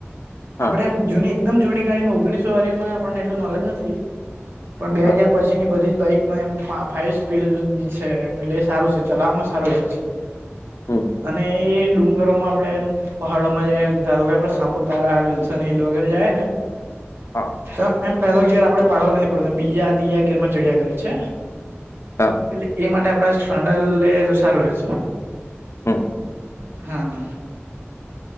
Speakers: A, on the left (about 85°); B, on the right (about 60°).
A: હા
B: આપણે એમ જૂની એકદમ જૂની ગાડીમાં ઓગણીસો વાડીમાં આપણને એટલું નોલેજ નથી. પણ બે
A: હા
B: હજાર પછી જેની બધી જ બાઈકમાં એમ ફાઈવ સ્પીડ છે એમ એટલે સારું છે ચલાવવામાં સારું રહે છે.
A: હમ
B: અને એ ડુંગરોમાં આપણેે એમ પહાડોમાં જઈને ધારો કે આપણે સાપુતારા, વિલ્સન હિલ, વગેરે જાય ને
A: હા.
B: એમ એમ પેલો ઘેર આપડે પાડવો નથી પડતો બીજા ત્રીજા ઘેરમાં ચડ્યા કરે છે.
A: હા.
B: એટલે એ માટે આપણે સ્ટાન્ડલ લઈએ તો સારું રહેશે.
A: <unintelligible>
B: હા.